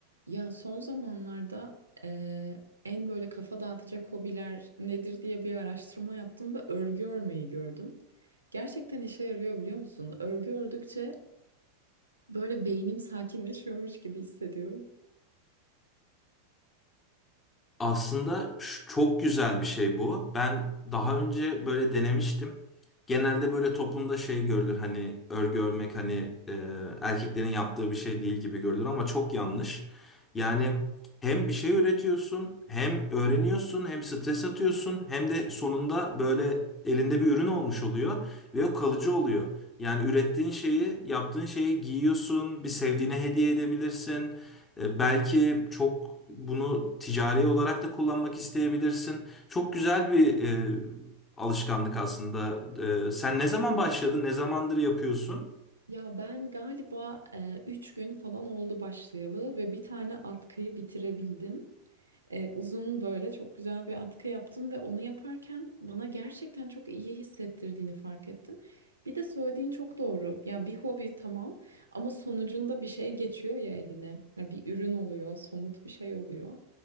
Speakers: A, on the right (about 80°); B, on the left (about 20°).
A: Ya son zamanlarda eee, en böyle kafa dağıtacak hobiler nedir diye bir araştırma yaptım ve örgü örmeyi gördüm. Gerçekten işe yarıyor biliyor musun? Örgü ördükçe böyle beynim sakinleşiyormuş gibi hissediyorum.
B: Aslında ş- çok güzel bir şey bu. Ben daha önce böyle denemiştim. Genelde böyle toplumda şey görülür hani örgü örmek hani e, erkeklerin yaptığı bir şey değil gibi görülür ama çok yanlış. Yani hem bir şey üretiyorsun, hem öğreniyorsun, hem stres atıyorsun, hem de sonunda böyle elinde bir ürün olmuş oluyor ve o kalıcı oluyor. Yani ürettiğin şeyi, yaptığın şeyi giyiyorsun, bir sevdiğine hediye edebilirsin. E, Belki çok bunu ticari olarak da kullanmak isteyebilirsin. Çok güzel bir e, alışkanlık aslında. E, sen ne zaman başladın? Ne zamandır yapıyorsun?
A: Ya ben galiba eee 3 gün falan oldu başlayalı ve bir tane atkıyı bitirebildim. E, uzun böyle çok güzel bir atkı yaptım ve onu yaparken bana gerçekten çok iyi hissettirdiğini fark ettim. Bir de söylediğin çok doğru. Ya bir hobi tamam ama sonucunda bir şey geçiyor ya eline. Ya bir ürün oluyor, somut bir şey oluyor.